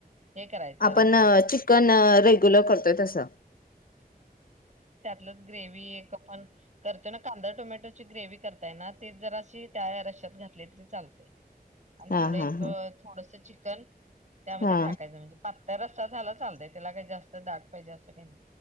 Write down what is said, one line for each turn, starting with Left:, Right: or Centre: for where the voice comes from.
Right: हे करायचं
Left: आपण
Right: रस्सा
Left: चिकन रेग्युलर करतोय तसं.
Right: प्लस ग्रेवी करतो ना कांदा टोमॅटोची ग्रेव करताय ना ते जराशी त्या रस्सात घातली तरी चालते. आणि
Left: हा
Right: थोडं एक
Left: हा हा
Right: थोडस चिकन कण त्यामध्ये
Left: हा
Right: टाकायच म्हणजे पात त्या रस्ता झाला चालतय त्याला काही जास्त दाग पाहिजे अस काय नायी.